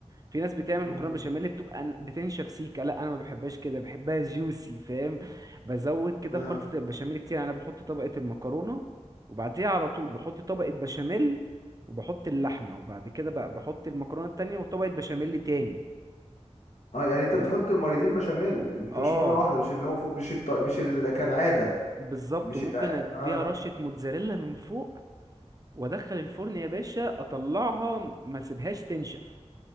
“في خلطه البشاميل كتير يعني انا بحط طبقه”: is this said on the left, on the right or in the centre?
Right